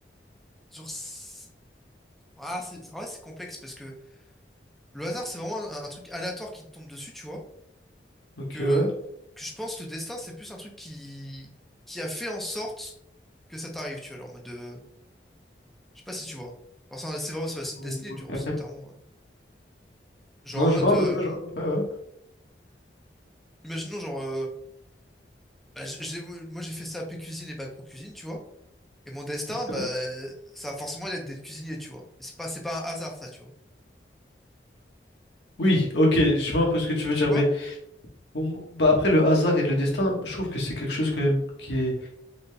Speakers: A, in the centre; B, on the left.
A: Genre. c'est- Ah, c'est... En vrai, c'est complexe parce que le hasard, c'est vraiment un, un truc aléatoire qui te tombe dessus, tu vois.
B: Ok,
A: que,
B: ouais.
A: que je pense que le destin, c'est plus un truc qui, qui a fait en sorte que ça t'arrive, tu vois, genre en mode de... Je sais pas si tu vois. Genre, c'est c'est vraiment, c'est c'est une
B: Ouais.
A: destinée, tu vois, c'est littéralement... euh, Genre
B: Non,
A: en mode...
B: je vois
A: euh,
B: à peu près, je vois à peu près, ouais.
A: Imaginons, genre... euh, bah, j- j'ai- moi, j'ai fait ça AP cuisine et bac pro cuisine, tu vois. Et mon destin,
B: Ok,
A: bah,
B: ouais.
A: ça va forcément être d'être cuisinier, tu vois. Et c'est pas, c'est pas un hasard, ça, tu vois.
B: Oui, ok, je vois un peu ce que tu
A: Tu
B: veux
A: tu
B: dire,
A: vois?
B: mais bon, bah après le hasard et le destin, je trouve que c'est quelque chose quand même qui est